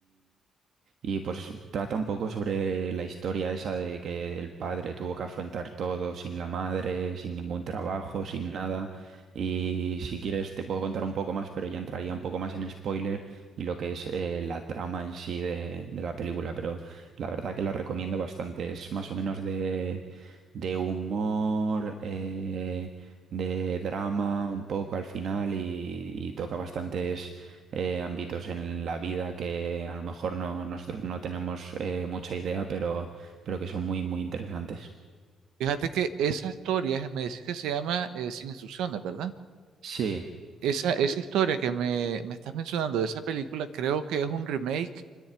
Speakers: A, on the right (about 65°); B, on the right (about 80°).
A: y pues trata un poco sobre la historia esa de que el padre tuvo que afrontar todo sin la madre, sin ningún trabajo, sin nada. Y si quieres te puedo contar un poco más, pero ya entraría un poco más en spoiler y lo que es eh, la trama en sí de, de la película. Pero la verdad que la recomiendo bastante. Es más o menos de, de humor, eh, de drama un poco al final y, y toca bastantes eh, ámbitos en la vida que a lo mejor no, nosotros no tenemos eh, mucha idea, pero, pero que son muy, muy interesantes.
B: Fíjate que esa historia, me decís que se llama eh, Sin Instrucciones, ¿verdad?
A: Sí,
B: Esa, esa historia que me, me estás mencionando de esa película, creo que es un remake